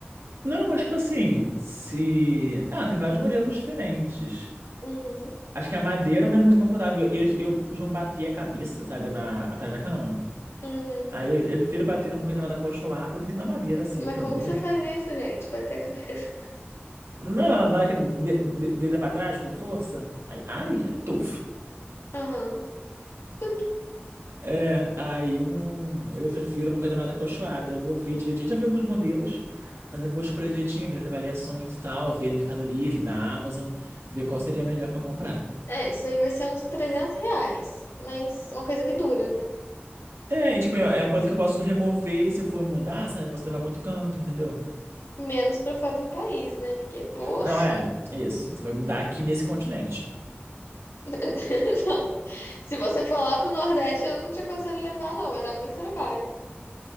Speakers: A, on the right; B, on the left.
A: não, mas tipo assim, se, ah, tem vários modelos diferentes.
B: Uhum,
A: Acho que a madeira não é muito confortável e eu, eu costumo bater a cabeça, sabe, na, atrás da cama.
B: uhum.
A: Aí eu, eu prefiro bater numa coisa mais acolchoada do que na madeira seca,
B: Mas como
A: dura.
B: que você faz isso, gente? Bater a cabeça.
A: Não, na hora que de- de- deita pra trás com força, aí, ai, tuf.
B: <laughs> Aham. Por quê?
A: É, aí não. Eu prefiro uma coisa mais acolchoada. Eu vou ver direitinho. Eu Já vi alguns modelos, mas eu vou escolher direitinho, ver as avaliações e tal, ver Mercado Livre, na Amazon, ver qual seria melhor pra comprar.
B: É, isso aí vai ser uns 300 reais, mas uma coisa que dura, né?
A: É, e, tipo, é uma coisa que eu posso remover se eu for mudar, sabe? Eu posso levar pra outro canto, entendeu?
B: Menos pra fora do país, né? Porque, pô,
A: Não, é, é isso. Você vai mudar aqui nesse continente,
B: <laughs> não. Se você for lá pro Nordeste, eu não te aconselho a levar, não, vai dar muito trabalho.